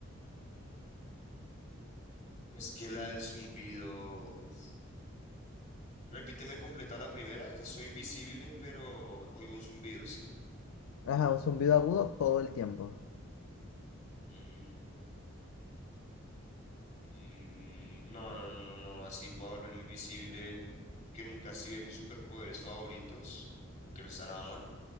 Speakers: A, on the left (about 35°); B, on the left (about 85°).
A: Es que la del zumbido. Uf. Repíteme completa la primera. de Soy invisible, pero oigo un zumbido, ¿sí?
B: Ajá, un zumbido agudo todo el tiempo.
A: Mm, mm, No, no, no, no, no. Así puedo volverme invisible. Que nunca así de mis superpoderes favoritos. Que no está nada mal.